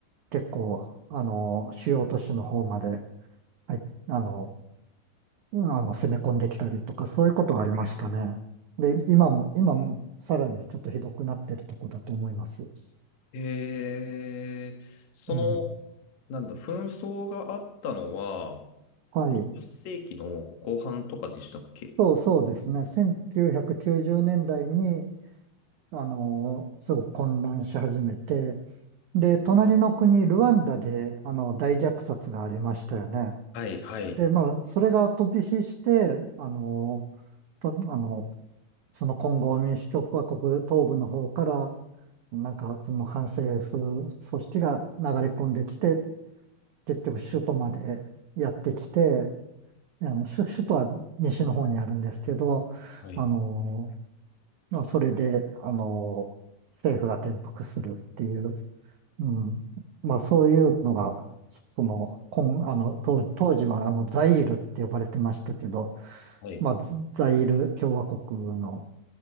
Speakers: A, on the right; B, on the left.
A: 結構、あの、主要都市の方まで、はい、あの、うんあの、攻め込んできたりとか、そういうことはありましたね。で、今も、今もさらにねちょっとひどくなってるとこだと思います。
B: えー、その、
A: うん。
B: なんだ、紛争があったのは、
A: はい。
B: 20世紀の後半とかでしたっけ
A: そうそうですね。1990年代に、あの、すごく混乱し始めて、で、隣の国、ルワンダで、あの、大虐殺がありましたよね。
B: はい、はい。
A: で、まあ、それが飛び火して、あの、と、あの、そのコンゴ民主共和国東部の方から、なんかその反政府組織が流れ込んできて、結局首都までやってきて、あの首、首都は西の方にあるんですけど、
B: はい、
A: あの、まあ、それで、あの、政府が転覆するっていう、うん、まあそういうのが、その、こん、あの、当、当時はあの、ザイールって呼ばれてましたけど、
B: はい。
A: まあ、ザイール共和国の、